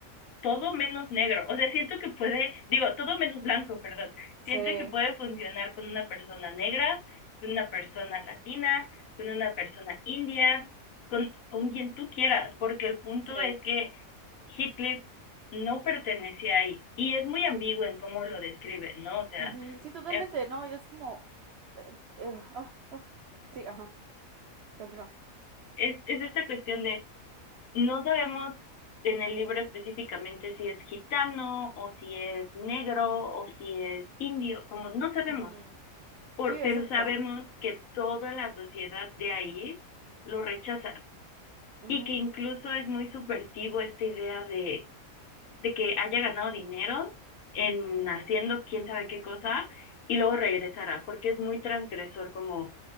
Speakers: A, on the left; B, on the right.
A: todo menos negro. O sea, siento que puede, digo, todo menos blanco, perdón.
B: Sí,
A: Siento que puede funcionar con una persona negra, con una persona latina, con una persona india, con, con quien tú quieras, porque el punto
B: sí.
A: es que Heathcliff no pertenecía ahí. Y es muy ambiguo en cómo lo describe, ¿no? O sea,
B: Ujú, Sí, totalmente,
A: eh,
B: no, es como. eh, eh, ah, ah, Sí, ajá, continúa.
A: es, es esta cuestión de no sabemos en el libro específicamente si es gitano o si es negro o si es indio, como no sabemos.
B: Ujú.
A: por-
B: Sí,
A: pero
B: exacto.
A: sabemos que toda la sociedad de ahí lo rechaza
B: Ujú,
A: y que incluso es muy subvertivo esta idea de, de que haya ganado dinero en
B: ujú,
A: haciendo quién sabe qué cosa y luego regresará, porque es muy transgresor como,